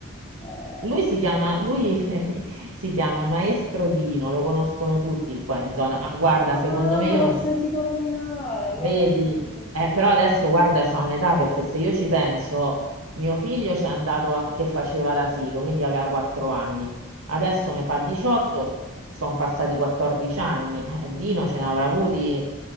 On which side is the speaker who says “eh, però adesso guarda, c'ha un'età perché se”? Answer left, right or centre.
Right